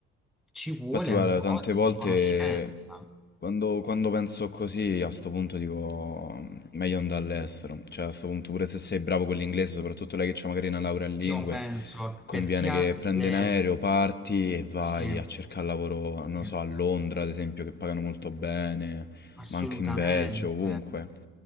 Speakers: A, in the centre; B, on the left (about 25°).
A: ci vuole
B: Infatti, guarda,
A: un po'
B: tante
A: di
B: volte
A: conoscenza.
B: quando, quando penso così, a sto punto dico mm, meglio andare all'estero. Cioè, a sto punto, pure se sei bravo con l'inglese, soprattutto lei che ha magari una laurea in lingue,
A: Io penso
B: conviene
A: per chi ha
B: che prendi
A: le...
B: un aereo, parti e vai
A: Sì,
B: a cercare lavoro, non
A: sì.
B: lo so, a Londra, ad esempio, che pagano molto bene,
A: Assolutamente.
B: ma anche in Belgio, ovunque.